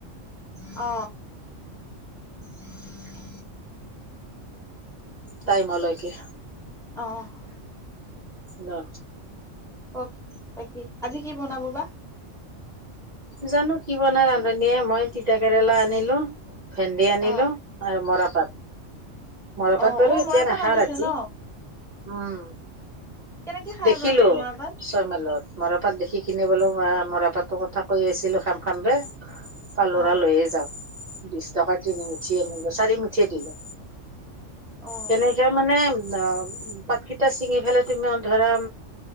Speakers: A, in the centre; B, on the right (about 40°).
A: অ <unintelligible>
B: টাইমলৈকে।
A: অ'।
B: অ
A: কওক বাকি আজি কি বনাব বা
B: জানো কি বনাই ৰান্ধনীয়ে মই তিতা কেৰেলা আনিলো ভেন্দি আনিলো।
A: অ
B: আৰু মৰাপাত মৰাপাত
A: অ
B: বাৰু
A: অ
B: এতিয়া
A: মৰাপাট
B: নাখাওঁ
A: আনিছে
B: ৰাতি
A: ন
B: উম।
A: কেনেকে খাই
B: দেখিলো
A: আপোনালোকে মৰাপাট
B: ছয় মাইলত মৰাপাত দেখি কিনে বোলো মৰাপাতো কথা কৈ আছিলো খাম খাম বে কালৰা
A: অ
B: লৈয়ে যাওঁ বিশ টকা তিনি মুুঠি আনিলো চাৰিমুঠিয়ে দিলে।
A: অ
B: কেনেকে মানে অ পাতকিটা ছিঙি ফালে তুমি অ ধৰা